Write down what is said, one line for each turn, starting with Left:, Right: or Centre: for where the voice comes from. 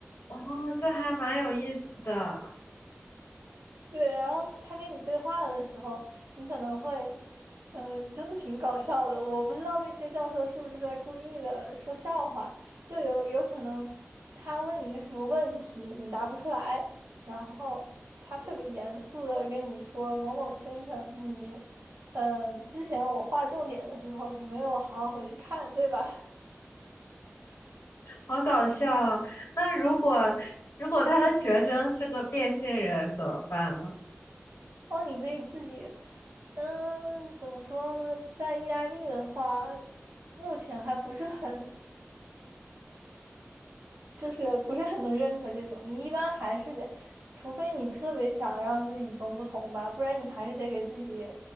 Left: 哦，这还蛮有意思的，
Right: <laughs> 对，然后他跟你对话的时候，你可能会，嗯，真的挺搞笑的。我不知道那些教授是不是在故意的说笑话，就有有可能他问你一个什么问题，你答不出来，然后他特别严肃的跟你说：“某某先生，你，嗯、之前我划重点的时候，你没有好好回去看，对吧？”
Left: 好搞笑啊。那如果如果他的学生是个变性人怎么办呢？
Right: <laughs> 嗯。哦，你可以自己，嗯，怎么说呢？在意大利的话，目前还不是很，就是不是很能认可这种。你一般还是得，除非你特别想让自己与众不同吧，不然你还是得给自己，